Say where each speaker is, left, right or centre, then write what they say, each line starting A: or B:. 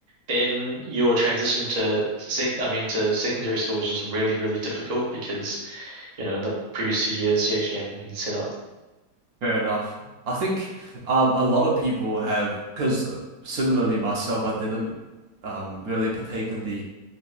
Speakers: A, on the right (about 45°); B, on the right (about 65°).
A: then your transition to sec, I mean, to secondary school is just really, really difficult because, you know, in the previous two years, you actually haven't been set up.
B: fair enough. I think um a lot of people have because similarly myself, I didn't um really partake in the